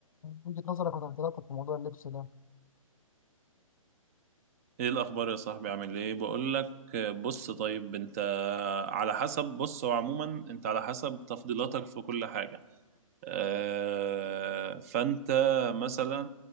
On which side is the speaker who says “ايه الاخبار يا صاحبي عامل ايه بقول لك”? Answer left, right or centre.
Right